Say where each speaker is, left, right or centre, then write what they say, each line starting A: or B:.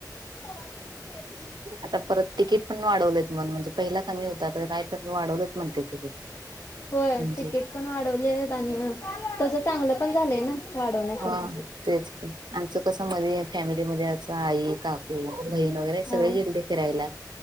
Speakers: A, on the left; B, on the right.
A: हो <unintelligible>
B: आता परत तिकीट पण वाढवलेत मण म्हणजे पहिला कमी होता आता काय तर वाढवलेत म्हणते तिकीट.
A: होय
B: म्हणजे
A: तिकीट पण वाढवले आहेत आणि तस चांगलं पण झालंय ना. वाढवण्यासारखं.
B: हा तेच आमचं कसं मध्ये फॅमिलीमध्येध्ये असं आई काकू आस, बहीण वगैरे सगळे
A: हा
B: गेलते फिरायला.